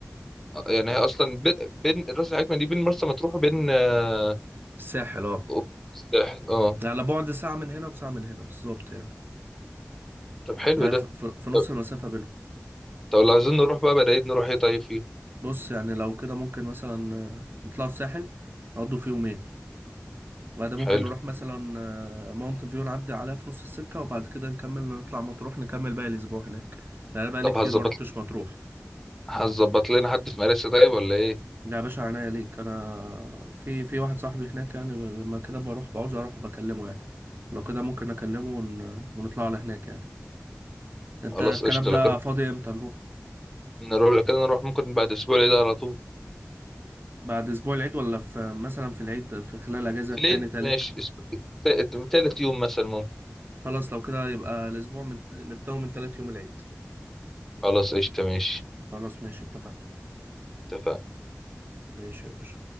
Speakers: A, in the centre; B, on the right.
A: آه، يعني هي أصلا بين بين راس الحكمة دي بين مرسى مطروح وبين آه،
B: الساحل اه
A: وبين الساحل أه
B: على بعد ساعه من هنا وساعه من هنا بالظبط يعني
A: طب حلو
B: يعني
A: ده
B: في, في في نص
A: طب,
B: المسافه بينهم
A: طب لو عايزين نروح بقى بدأت نروح إيه طيب فيه
B: بص يعني لو كده ممكن مثلا آه، نطلعوا الساحل نقضوا فيه يومين بعد ممكن
A: حلو
B: نروح مثلا آه، ماونت فيو نعدي عليها في نص السكة وبعد كده نكمل نطلع مطروح نكمل باقي الأسبوع هناك لأن أنا بقالي
A: طب
B: كتير
A: هتظبط
B: ما روحتش مطروح
A: هتظبط لنا حد في مراسي طيب ولا إيه
B: ده يا باشا عناية ليك أنا في في واحد صاحبي هناك يعني لما كده بروح بعوز أروح بكلمه يعني لو كده ممكن أكلمه ون... ونطلع على هناك يعني أنت
A: خلاص
B: الكلام
A: قشطة
B: ده
A: لو كان
B: فاضي إمتى نروح؟
A: نروح لو كده نروح ممكن بعد أسبوع العيد على طول
B: بعد أسبوع العيد ولا في مثلا في العيد في خلال أجازة
A: في
B: تاني
A: العيد
B: تالت؟
A: ماشي اسم- تا- تالت يوم مثلا ممكن
B: خلاص لو كده يبقى الأسبوع من... نبدأه من تالت يوم العيد
A: خلاص قشطة ماشي
B: خلاص ماشي اتفقنا
A: اتفقنا
B: ماشي يا باشا